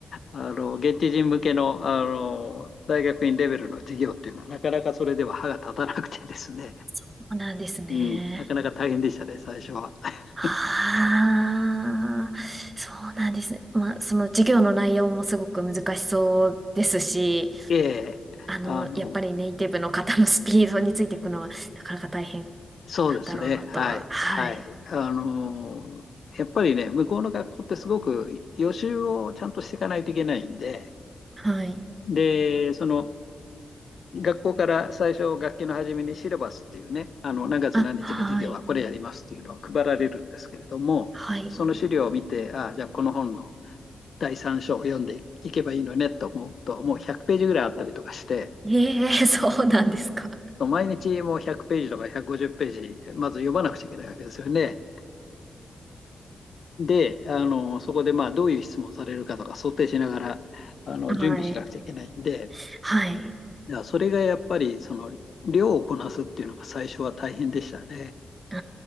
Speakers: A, on the left; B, on the right.
A: あの現地人向けの、あの大学院レベルの授業っていうのは、なかなかそれでは歯が立たなくてですね、
B: そうなんですね。
A: うん、なかなか大変でしたね、最初は。<laughs>
B: ああ、そうなんですね。まあ、その授業の内容もすごく難しそうですし、
A: ええあの、
B: あの、やっぱりネイティブの方のスピードについていくのはなかなか大変
A: そうですね、
B: なんだろうなとは。
A: はい、
B: はい。
A: はい。あの、やっぱりね、向こうの学校ってすごく予習をちゃんとしていかないといけないんで、
B: はい。
A: で、その、学校から最初、学期の初めにシラバスっていうね、あの何月何日の授業はこれやりますっていうのは配られるんですけれども、
B: あ、はい。はい。
A: その資料を見て、ああ、じゃあこの本の第3章を読んでいけばいいのねと思うと、もう100ページぐらいあったりとかして、
B: ええ、<laughs> そうなんですか。
A: 毎日もう100ページとか150ページ、まず読まなくちゃいけないわけですよね。で、あのそこでまあどういう質問されるかとか想定しながらあの準備しなくちゃいけないんで、
B: はい。はい。
A: それがやっぱりその量をこなすっていうのが最初は大変でしたね。
B: う